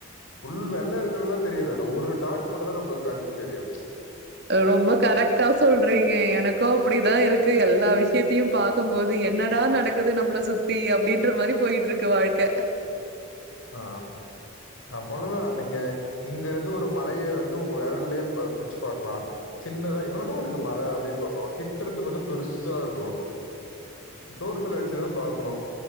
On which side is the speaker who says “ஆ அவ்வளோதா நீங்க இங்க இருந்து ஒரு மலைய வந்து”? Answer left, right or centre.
Left